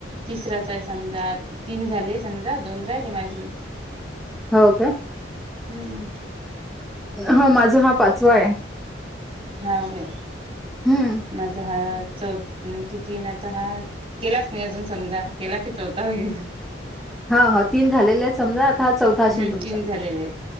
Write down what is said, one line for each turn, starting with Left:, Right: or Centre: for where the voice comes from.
Right: तिसराच आहे समजा तीन झाले समजा दोन राहिले माझे.
Centre: हो काय?
Right: हम्म.
Centre: हा माझा हा पाचवा आहे.
Right: हा बाई,
Centre: हम्म
Right: माझा ह्याच आता जिन्याच हाय. केलाच नाही अजून समजा केला की चौथा होईल.
Centre: हा हो तीन झालेले आहेत समजा आता हा चौथा असशेन
Right: हम्म
Centre: तुमचा.
Right: तीन झालेले आहेत